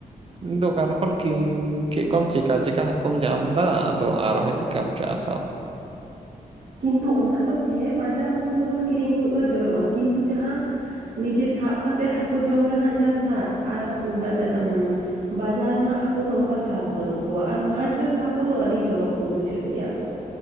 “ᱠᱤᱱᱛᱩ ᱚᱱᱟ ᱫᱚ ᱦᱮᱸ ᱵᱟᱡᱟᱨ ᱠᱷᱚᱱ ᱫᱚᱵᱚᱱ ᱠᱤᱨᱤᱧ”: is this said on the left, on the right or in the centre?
Right